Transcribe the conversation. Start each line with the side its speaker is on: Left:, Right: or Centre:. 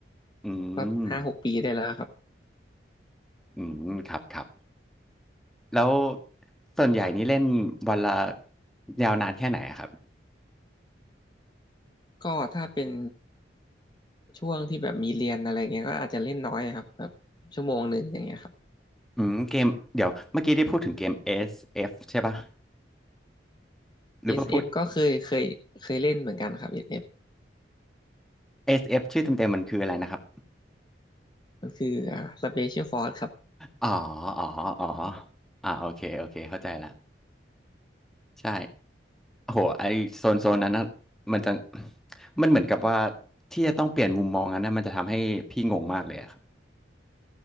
Centre: อื
Left: ก็ห้าหกปีได้แล้วครับ
Centre: มอืมครับครับแล้วส่วนใหญ่นี่เล่นวันละยาวนานแค่ไหนอะครับ
Left: ก็ถ้าเป็นช่วงที่แบบมีเรียนอะไรเงี้ยก็อาจจะเล่นน้อยนะครับแบบชั่วโมงหนึ่งอย่างเงี้ยครับ
Centre: อืมเกมเดี๋ยวเมื่อกี้ได้พูดถึงเกม SF ใช่ปะ หรือว่าพูด
Left: SF ก็เคยเคยเคยเล่นเหมือนกันครับเอสเอฟ
Centre: SF ชื่อเต็มๆมันคืออะไรนะครับ
Left: มันคืออ่า Special Force ครับ
Centre: อ๋ออ๋ออ๋ออ่าโอเคโอเคเข้าใจละใช่โอ้โหไอโซนโซนนั้นนะมันจะมันเหมือนกับว่าที่จะต้องเปลี่ยนมุมมองนั้นนะมันจะทำให้พี่งงมากเลยอะครับ